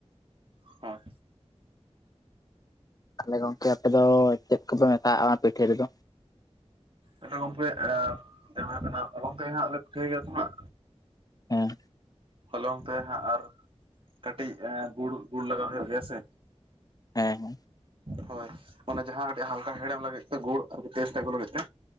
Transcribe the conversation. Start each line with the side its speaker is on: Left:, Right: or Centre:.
Right: ᱦᱮᱸ᱾
Left: ᱛᱟᱦᱚᱸᱞᱮ ᱜᱚᱝᱠᱮ ᱟᱯᱮ ᱫᱚ, ᱪᱮᱫ ᱠᱚᱯᱮ ᱢᱮᱥᱟᱜ-ᱟ ᱚᱱᱟ ᱯᱤᱴᱷᱟᱹ ᱨᱮᱫᱚ?
Right: ᱟᱫᱚ ᱜᱚᱝᱠᱮ ᱮ ᱡᱟᱦᱟᱸ ᱫᱚ ᱱᱟᱜ ᱦᱚᱞᱝ ᱛᱮ ᱦᱟᱸᱜ ᱞᱮ ᱯᱤᱴᱷᱟᱹᱭ ᱜᱮᱭᱟ ᱛᱚ ᱦᱟᱸᱜ᱾
Left: ᱦᱮᱸ,
Right: ᱦᱚᱞᱚᱝ ᱛᱮ ᱦᱟᱸᱜ ᱟᱨ ᱠᱟᱹᱴᱤᱡ ᱮ ᱜᱩᱲ ᱜᱩᱲ ᱞᱟᱜᱟᱣ ᱦᱩᱭᱩᱜ ᱜᱮᱭᱟ ᱥᱮ
Left: ᱦᱮᱸ ᱦᱮᱸ
Right: ᱦᱳᱭ ᱚᱱᱟ ᱡᱟᱦᱟᱸ ᱠᱟᱹᱴᱤᱡ ᱦᱟᱞᱠᱟ ᱦᱮᱲᱮᱢ ᱞᱟᱹᱜᱤᱫ ᱛᱮ ᱜᱩᱲ ᱥᱩᱫᱷᱩ ᱴᱮᱥᱴ ᱟᱹᱜᱩ ᱞᱟᱹᱜᱤᱫ ᱛᱮ᱾